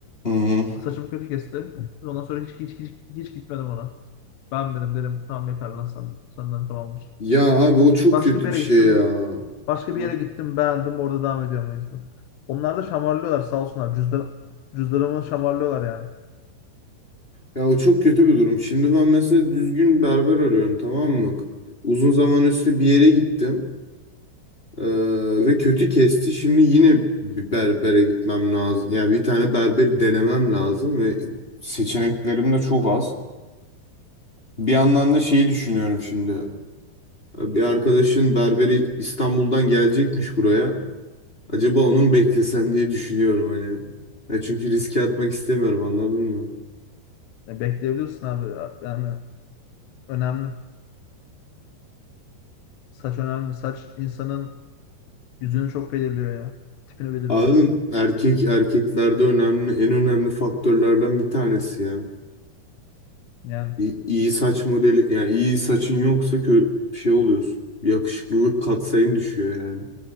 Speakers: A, on the left; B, on the left.
A: hı.
B: Saçımı kötü kesti. Ondan sonra hiç hiç hiç, hiç gitmedim ona. Ben benim dedim tamam yeter lan sen, senden tamamdır.
A: Ya abi o çok
B: Başka
A: kötü
B: bir
A: bir
B: yere
A: şey
B: gittim.
A: ya.
B: Başka
A: Hı.
B: bir yere gittim beğendim orada devam ediyorum o yüzden. Onlar da şamarlıyorlar sağ olsunlar. Cüzdan, cüzdanımı şamarlıyorlar yani.
A: Ya o çok kötü bir durum. Şimdi ben mesela düzgün berber arıyorum tamam mı? Uzun zaman üstü bir yere gittim. Ee, ve kötü kesti. Şimdi yine bir berbere gitmem lazım. Yani bir tane berberi denemem lazım ve seçeneklerim de çok az. Bir yandan da şeyi düşünüyorum şimdi. Bir arkadaşın berberi İstanbul'dan gelecekmiş buraya. Acaba onun beklesem diye düşünüyorum hani. Ya çünkü riske atmak istemiyorum anladın mı?
B: Ya bekleyebilirsin abi yani önemli. Saç önemli. Saç insanın yüzünü çok belirliyor ya. Tipini belirliyor.
A: Abi erkek erkeklerde önemli en önemli faktörlerden bir tanesi ya.
B: Yani
A: İyi, iyi saç modeli yani iyi saçın yoksa kö şey oluyorsun. Yakışıklılık katsayın düşüyor yani.